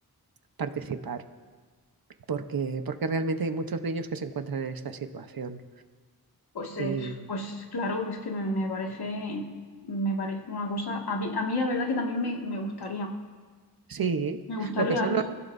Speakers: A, on the right; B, on the left.
A: participar, porque, porque realmente hay muchos niños que se encuentran en esta situación
B: Pues,
A: y,
B: eh, pues claro, es que me, me parece, me parece una cosa. A mí, a mí la verdad que también me, me gustaría.
A: Sí,
B: Me gustaría
A: lo que son
B: eso,
A: los,